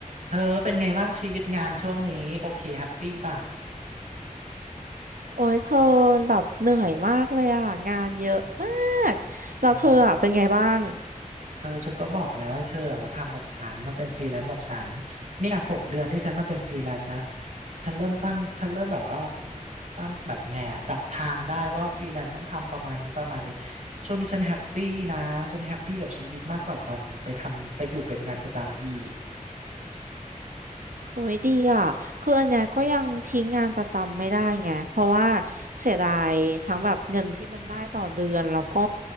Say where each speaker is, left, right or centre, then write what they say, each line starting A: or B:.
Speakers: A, on the right (about 65°); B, on the right (about 80°).
A: เธอเป็นไงบ้างชีวิตงานช่วงนี้โอเคแฮปปี้ป่ะ
B: โอ้ยเธอแบบเหนื่อยมากเลยอ่ะงานเยอะมากแล้วเธออ่ะเป็นไงบ้าง
A: เอาเธอฉันก็บอกแล้วให้เธออะมาทำแบบฉันมาเป็นฟรีแลนซ์แบบฉันเนี่ยหกเดือนที่ฉันมาเป็นฟรีแลนซ์นะฉันเริ่มตั้งฉันเริ่มแบบว่าตั้งแบบไงอะจับทางได้ว่าฟรีแลนซ์ต้องทำประมาณนี้ประมาณนี้ช่วงนี้ฉันแฮปปี้นะฉันแฮปปี้กับชีวิตมากกว่าตอนไปทำไปอยู่เป็นงานประจำอีก
B: โอ้ยดีอ่ะคืออันเนี้ยก็ยังทิ้งงานประจำไม่ได้ไงเพราะว่าเสียดายทั้งแบบเงินที่มันได้ต่อเดือนแล้วก็